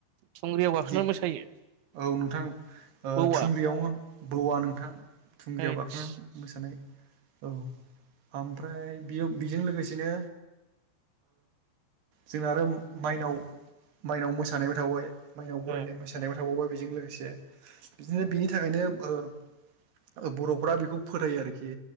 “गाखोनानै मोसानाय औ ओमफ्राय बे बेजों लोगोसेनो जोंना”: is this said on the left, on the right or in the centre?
Right